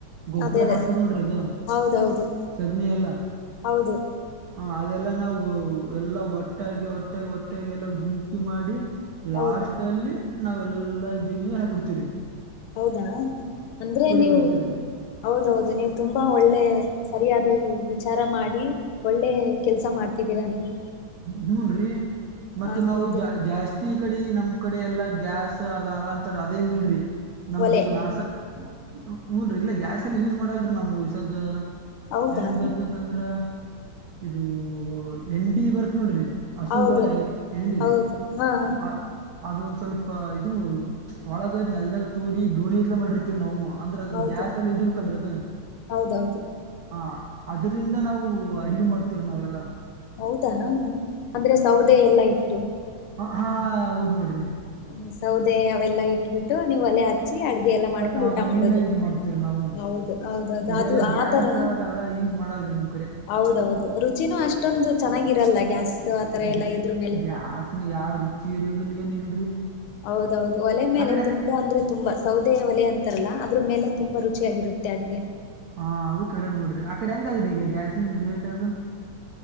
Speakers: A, on the right; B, on the left.
A: ಗೊಬ್ಬ್ರ
B: ಅದೇ ಅದೇ
A: ಹಾಕದ್ ನೋಡ್ರಿದು
B: ಹೌದೌದು
A: ಸಗ್ಣಿ ಎಲ್ಲ
B: ಹೌದು.
A: ಹ ಅದೆಲ್ಲಾ ನಾವು ಎಲ್ಲ ಒಟ್ ಒಟ್ಟಾಗಿ ಒಟ್ಟಾಗಿ ಒಟ್ಟಾಗಿ ಎಲ್ಲ ಗುಂಪಿ ಮಾಡಿ. ಲಾಸ್ಟ್
B: ಹೌದು
A: ಅಲ್ಲಿ. ನಾವೆಲ್ಲಾ ಜಮಿ ಹಾಕ್ಬುಡ್ತಿವ್ ರಿ.
B: ಹೌದಾ ಅಂದ್ರೆ ನೀವು
A: ಬರ್ತೇತ್ರಿ
B: ಹೌದೌದು ನೀವ್ ತುಂಬಾ ಒಳ್ಳೆ ಸರಿಯಾದ ಇವ್ ವಿಚಾರ ಮಾಡಿ ಒಳ್ಳೆ ಕೆಲ್ಸ ಮಾಡ್ ತಿದ್ದಿರ ನೀವು.
A: ಹ್ಮ್ ಹುನ್ ರೀ. ಮತ್ತ
B: ಹ ಹೌದು
A: ನಾವು ಜಾ ಜಾಸ್ ಅತ್ತಿ ಕಡಿ ನಮ್ ಕಡೆ ಎಲ್ಲಾ ಗ್ಯಾಸ್ ಅದ ಅಲ್ಲಾಂತಾರ ಅದೇನ್ ಇಲ್ರಿ. ನಮ್ದು
B: ಒಲೆ
A: ನಾಸ. ಹ ಹೂನ್ರರಿ ಇಲ್ಲ ಗ್ಯಾಸ್ ಎಲ್ಲ ಯೂಸ್ ಮಾಡಲ್ರಿ ನಮ್ ವಿಸದ.
B: ಹೌದಾ
A: ಹೆಂಗ್ ಗೊತ್ತಂತಂದ್ರ. ಇದೂ. ಎನ್ ಡಿ ಬರ್ತ್ ನೋಡ್ರಿ. ಹಸುಗೊಳ್
B: ಹೌದು
A: ಎನ್ ಡಿ
B: ಹೌದು ಹಾ ಹಾ
A: ಅದ್ ಅದ್ ಒಂದ್ ಸ್ವಲ್ಪ ಇದು ಒಳಗ ನೆಲ್ದಾಲ್ ತುಡಿ ಡೋಣಿ ಟ್ಲೆ ಮಾಡಿರ್ತಿವ್ ನಾವು. ಅಂದ್ರೆ ಅದ್ರ
B: ಹೌದು
A: ಗ್ಯಾಸ್ ಎಲ್ಲ ಇಡಿಬೇಕಲ್ರಿ ಅದು
B: ಹೌದೌದು
A: ಹಾ. ಅದ್ರಿಂದ ನಾವು ಅಡಿಗೆ ಮಾಡ್ತೀವ್ ನಾವೆಲ್ಲ.
B: ಹೌದಾ ಅಂದ್ರೆ ಸೌದೆ ಎಲ್ಲ ಇಟ್ ಟೊ.
A: ಹ ಹಾ ಹೌದ್ ನೋಡ್ರಿ.
B: ಹ್ಮ್ ಸೌದೆ ಅವೆಲ್ಲಾ ಇಟ್ಬಿಟ್ಟು ನೀವ್ ಒಲೆ ಅತ್ ಅಚ್ಚಿ ಅಡ್ಗೆ ಎಲ್ಲ ಮಾಡ್ಕೊಂಡು
A: ಹ
B: ಊಟ
A: ಒಲ್ಲಿ
B: ಮಾಡದು
A: ಮ್ಯಾಗ ಇದು ಮಾಡ್ತವ್ರಿ ನಾವು
B: ಹೌದು ಹೌದೌದು
A: ಇದೆಲ್ಲಾ
B: ಅದು
A: ಗ್ಯಾಸ್
B: ಆತರ
A: ಅದೆಲ್ಲಾ ಯೂಸ್ ಮಾಡಲ್ರಿ ನಮ್ ಕಡೆ
B: ಹೌದೌದು ರುಚಿನೂ ಅಷ್ಟೊಂದು ಚೆನ್ನಾಗಿರಲ್ಲ. ಗ್ಯಾಸ್. ಆತರ
A: ನಿಜ
B: ಎಲ್ಲಾ ಇದ್ರ ಮೇಲೆ
A: ಗ್ಯಾಸ್ಮಾಗ್ ಯಾವ್ ರುಚಿ ಇರು ದಲ್ ಏನ್ ಇಲ್ರಿ.
B: ಹೌದೌದು ಒಲೆ ಮೇಲೆ
A: ಆ ಕಡೆ
B: ತುಂಬ ಅಂದ್ರೆ ತುಂಬಾ ಸೌದೆಯ ಒಲೆ ಅಂತಾರಲ್ಲ ಅದ್ ಅದ್ರು ಮೇಲೆ ತುಂಬಾ ರುಚಿಯಾಗಿರುತ್ತೆ ಅಡ್ಗೆ.
A: ಹಾ ಅದು ಕರೆ ನೋಡ್ರಿ ಆ ಕಡೆ ಹೆಂಗ್ ಅದಿ ಗೆ ಗ್ಯಾಯಸಿಂದ್ ರೇಟ್ ಅದು.